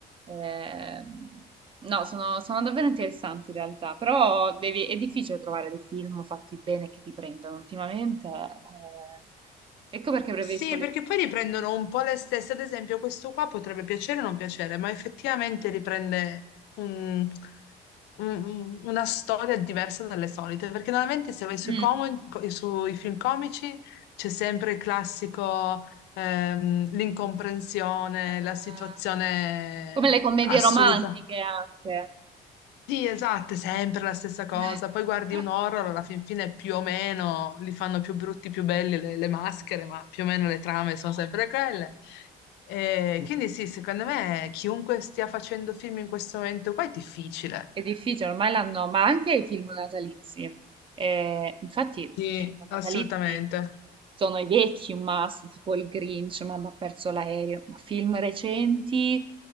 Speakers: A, on the right (about 30°); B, on the left (about 85°).
A: ehm, No, sono, sono davvero interessanti in realtà, però devi- è difficile trovare dei film fatti bene che ti prendono ultimamente. eh, ecco perché preferisco
B: Sì,
A: le
B: perché
A: serie.
B: poi riprendono un po' le stesse. Ad esempio, questo qua potrebbe piacere o non piacere, ma effettivamente riprende un- un- una storia diversa dalle solite. Perché normalmente se vai sui,
A: Mm.
B: como- co- sui film comici c'è sempre il classico, ehm, l'incomprensione,
A: Eh,
B: la situazione
A: come le commedie
B: assoluta.
A: romantiche anche.
B: Sì, esatto, è sempre la stessa cosa.
A: No,
B: Poi guardi un
A: <laughs>
B: horror, alla fin fine più o meno li fanno più brutti, più belli le, le maschere, ma più o meno le trame sono sempre quelle. E quindi sì, secondo me chiunque stia facendo film in questo momento qua è difficile.
A: è difficile, ormai l'hanno, ma anche i film natalizi. Eh, infatti
B: Sì.
A: i film
B: Assolutamente.
A: natalizi sono i vecchi un must, tipo il Grinch, Mamma ha perso l'aereo, ma film recenti, eh,